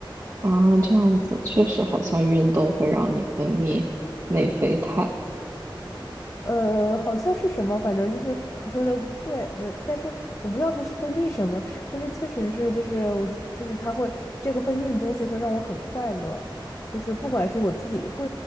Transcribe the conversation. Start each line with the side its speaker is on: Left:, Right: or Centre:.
Right: 啊，这样子确实好像运动会让你分泌内啡肽
Left: 呃，好像是什么，反正就是你说的对的，但是我不知道它是分泌什么，但是确实是，就是我就是它会这个分泌的东西会让我很快乐，就是不管是我自己不